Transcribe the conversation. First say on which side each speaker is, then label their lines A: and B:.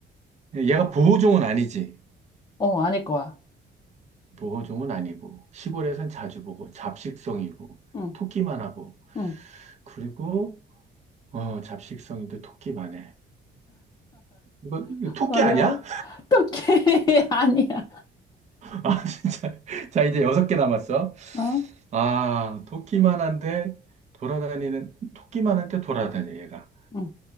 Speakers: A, on the right; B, on the left.
A: 얘가 보호종은 아니지.
B: 어, 아닐 거야.
A: 보호종은 아니고, 시골에선 자주 보고, 잡식성이고,
B: 응,
A: 토끼만 하고,
B: 응.
A: 그리고, 어, 잡식성인데 토끼만 해. 이거, 이거 토끼
B: 어려워?
A: 아니야?
B: 어떡해. <laughs> 아니야.
A: <laughs> 아, 진짜. 자, 이제 여섯 개 남았어.
B: 어?
A: 아, 토끼만 한데, 돌아다니는, 토끼만 한데 돌아다녀, 얘가.
B: 응.